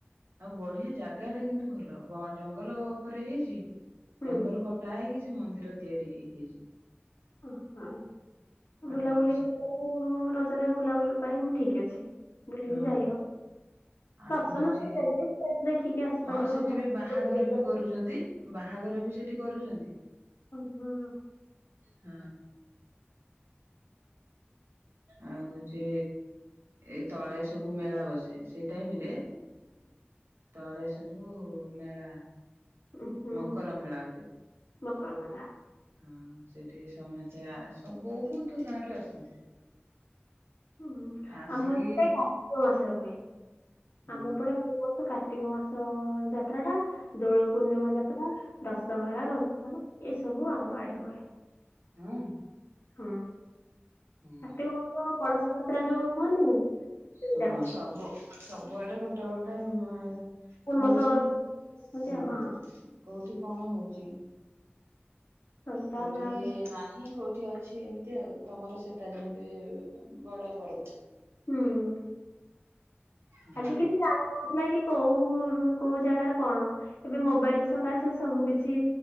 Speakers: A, on the right; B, on the left.
A: ଆଉ ବଢ଼ିଆ ଜାଗା ଟା କିନ୍ତୁ ଭଲ ବ ଜଙ୍ଗଲ ଉପରେ ହେଇଚି।
B: ହୁଁ
A: ଜଙ୍ଗଲ କଟା ହେଇକି ସେ ମନ୍ଦିର ତିଆରି ହେଇ ହେଇଚି।
B: ଓ ହଁ ବୁଲାବୁଲି
A: ଆଉ ସେ-
B: <unintelligible> ରଜରେ ବୁଲାବୁଲି ପାଇଁ ଠିକ୍ ଅଛି ବୁଲିିବି
A: ହଁ।
B: ଯାଇ ହ
A: ଆଉ
B: ଦର୍ଶନ
A: ହଉଛି
B: <unintelligible> ଦେଖିକି ଆସିପାରିବ
A: ହଁ ସେଠି
B: ମନ୍ଦିର
A: ବି ବାହାଘର
B: ବୁଲା ବୁଲି
A: ବି
B: କରିକି।
A: କରୁଛନ୍ତି ବାହାଘର ବି ସେଠି କରୁଚନ୍ତି।
B: ଓ ହଁ।
A: ହଁ। ଆଉ ହଉଚି ଏଇ ତଳେ ସବୁ ମେଳା ବସେ ସେଇ ଟାଇମ୍ ରେ ତଳେ ସବୁ ମେଳା
B: ଉଁ ହୁଁ
A: ମକର ମେଳା ହୁଏ।
B: ମକର ମେଳା।
A: ହଁ ସେଠି ସମସ୍ତେ ଆ ସ ବହୁତ ଗାଁରୁ ଆସନ୍ତି।
B: ହୁଁ
A: ଆସିକି
B: ଆମ ଏପଟେ କାର୍ତ୍ତିକ ମାସରେ ହୁଏ
A: ହଁ
B: ଆମ ଏପଟେ ସବୁ ମାସ କାର୍ତ୍ତ କାର୍ତ୍ତିକ ମାସ ଯାତ୍ରା ଟା ଦୋଳ ପୂର୍ଣ୍ଣିମା ଯାତ୍ରା ଦଶହରା ରଜ ଏସବୁ ଆମ ଆଡ଼େ ହୁଏ।
A: ହଁ।
B: ହଁ
A: ହଁ
B: କାର୍ତ୍ତିକ ମାସ କଳସ ଯାତ୍ର ଯୋଉ କୁହନ୍ତିନି ସେଇଟା
A: ହଁ
B: ହୁଏ।
A: ସବୁ ଆଡ଼େ ଗୋଟେ ଗୋଟେ ଉଁ
B: ଫେମସ
A: ହଉଚି
B: ଅଛନ୍ତି
A: ହୁଁ
B: ଆଉ ହଁ
A: କୋଉଠି କଣ ହଉଚି?
B: ସବୁ ତ
A: କୋଉଠି
B: ଆମେ ଆଉ ଜା-
A: ନାହିଁ କୋଉ ଠି ଅଛି ଏମିତି ଆଉ ତମର ସେଟା ଯେମିତି ବଡ଼ ପର୍ବ।
B: ହୁଁ।
A: ହଁ
B: ଆଗେ କିଛି ଜାଣିନଥିଲା କି କୋଉ କୋଉ ଜାଗାରେ କଣ ଏବେ ମୋବାଇଲ ସକାସେ ସବୁ କି ଛି